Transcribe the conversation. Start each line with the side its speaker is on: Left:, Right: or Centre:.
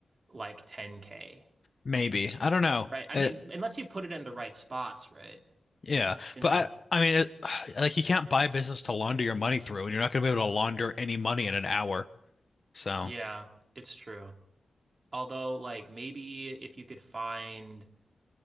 Right: like 10K,
Left: Maybe. I don't know.
Right: right? I
Left: Uh,
Right: mean, unless you put it in the right spots, right?
Left: Yeah,
Right: You
Left: but
Right: know.
Left: I, I mean, it, <sighs> like you can't buy a business to launder your money through, and you're not going to be able to launder any money in an hour. So
Right: Yeah, it's true. Although like maybe if you could find